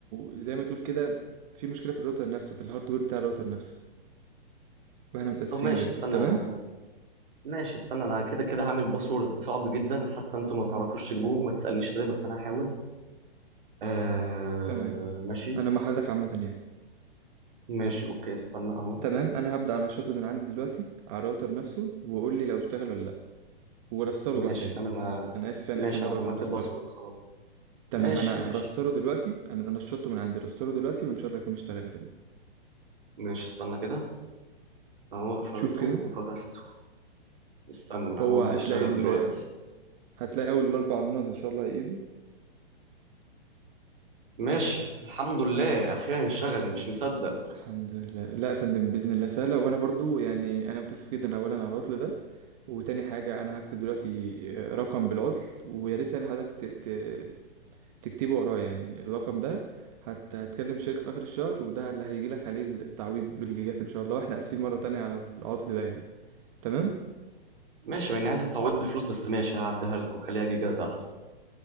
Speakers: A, on the right; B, on the right.
A: زي ما تقول كده في مشكله في الراوتر نفسه في الهاردوير بتاع الراوتر نفسه واحنا متاسفين
B: طب ماشي
A: جدا
B: استنى
A: تمام
B: ماشي استنى أنا كده كده هعمل باسورد صعب جدا حتى أنتوا ما تعرفوش تجيبوه ما تسألنيش إزاي بس أنا هحاول آه
A: تمام
B: ماشي
A: انا مع حضرتك عامه يعني
B: ماشي أوكي استنى أهو
A: تمام انا هبدا انشطه من عندي دلوقتي على الراوتر نفسه وقول لي لو اشتغل ولا لا ورستره
B: ماشي
A: بقى تاني
B: تمام أنا
A: انا اسف يعني
B: ماشي
A: اخر مره
B: أنا
A: اقول
B: عملت
A: لك رستره
B: الباسورد خلاص
A: تمام
B: ماشي
A: انا
B: ماشي
A: رستره دلوقتي انا انا شطه من عندي رستره دلوقتي وان شاء الله يكون اشتغل يا فندم
B: ماشي استنى كده أهو قفلته
A: شوف كده
B: وفتحته استنى
A: هو
B: هو
A: هتلاقي
B: بيشتغل
A: ال...
B: دلوقتي
A: هتلاقي اول الاربع نقط ان شاء الله ايده
B: ماشي الحمد لله اخيرا اشتغل مش مصدق
A: الحمد لله لا يا فندم باذن الله سهله وانا برضو يعني انا متاسف جدا اولا على العطل ده وتاني حاجه انا هكتب دلوقتي رقم بالعطل ويا ريت يعني حضرتك ت... ت... تكتبه ورايا يعني الرقم ده هت... هتكلم الشركه في اخر الشهر وده اللي هيجي لك عليه التعويض بالجيجات ان شاء الله واحنا اسفين مره تانية على العطل ده يعني تمام
B: ماشي يعني عايز التعويض بفلوس بس ماشي هعديها لكم خليها جيجات احسن